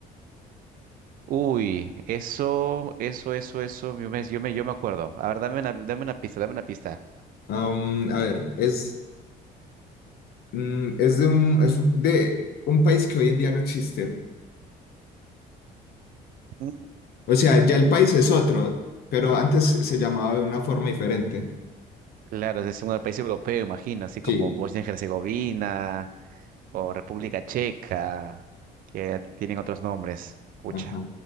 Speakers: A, on the right (about 55°); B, on the left (about 65°).
A: Uy, eso, eso, eso, eso. Yo me, yo me, yo me acuerdo. A ver, dame una, dame una pista, dame una pista.
B: Am, a ver, es, mm, es de un, es un- de un país que hoy en día no existe.
A: Mm,
B: O sea, ya el país es otro, pero antes se se llamaba de una forma diferente.
A: Claro, es un país europeo, imagino, así como
B: Sí,
A: Bosnia y Herzegovina o República Checa, que tienen otros nombres. Pucha.
B: ajá.